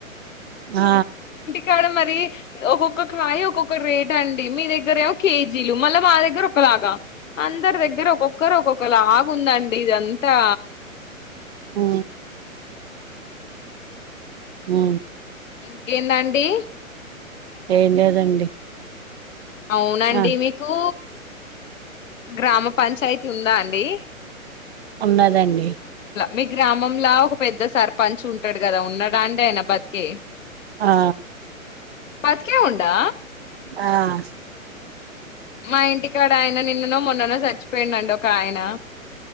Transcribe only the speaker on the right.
ఆ
ఊ ఊ
ఏం లేదండి
ఆ
ఉన్నదండి
ఆ
ఆ